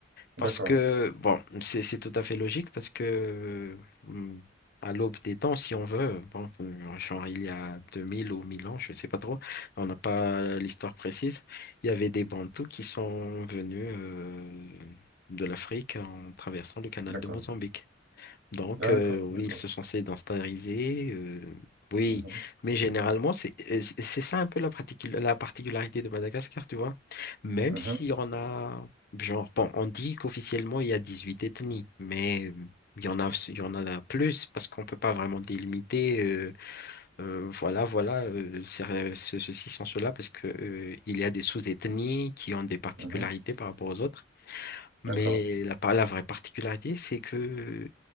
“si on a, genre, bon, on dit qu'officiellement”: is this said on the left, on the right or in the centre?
Left